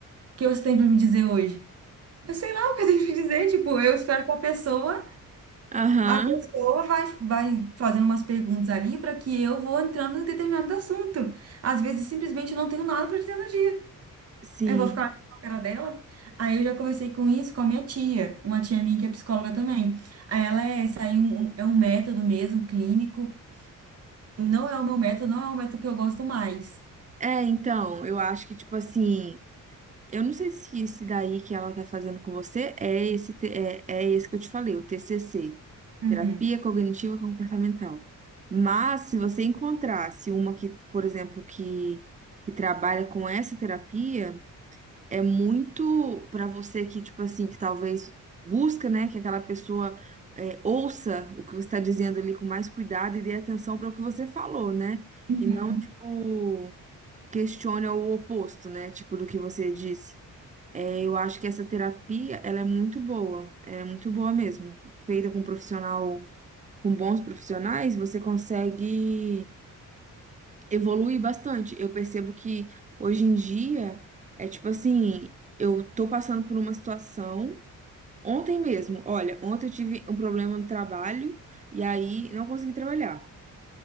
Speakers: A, on the right; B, on the right.
A: que você tem pra me dizer hoje? Eu sei lá o que eu tenho pra dizer, tipo, eu espero que a pessoa,
B: Aham,
A: a pessoa vai, vai fazendo umas perguntas ali para que eu vou entrando em determinado assunto. Às vezes, simplesmente, eu não tenho nada para dizer no dia.
B: sim.
A: Eu vou ficar com a cara dela. Aí eu já conversei com isso com a minha tia, uma tia minha que é psicóloga também. Aí ela é, isso aí é um, é um método mesmo, clínico. não é o meu método, não é o método que eu gosto mais.
B: É, então, eu acho que, tipo assim, eu não sei se esse daí que ela tá fazendo com você é esse, te- é, é esse que eu te falei, o TCC,
A: Uhum.
B: Terapia Cognitiva Comportamental. Mas, se você encontrasse uma que, por exemplo, que, que trabalha com essa terapia. é muito para você que, tipo assim, que talvez busca, né, que aquela pessoa é, ouça o que você está dizendo ali com mais cuidado e dê atenção para o que você falou, né?
A: Uhum.
B: E não, tipo, questione o oposto, né, tipo, do que você disse. É, eu acho que essa terapia, ela é muito boa, ela é muito boa mesmo. Feita com um profissional, com bons profissionais, você consegue evolui bastante. Eu percebo que hoje em dia é tipo assim, eu tô passando por uma situação. Ontem mesmo, olha, ontem eu tive um problema no trabalho e aí não consegui trabalhar.